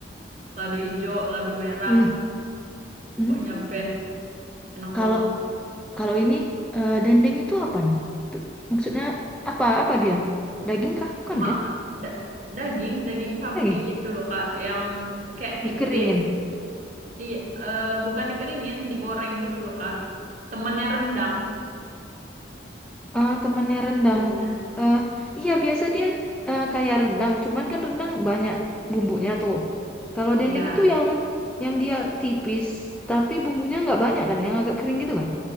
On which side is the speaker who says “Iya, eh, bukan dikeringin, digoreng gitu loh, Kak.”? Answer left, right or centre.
Right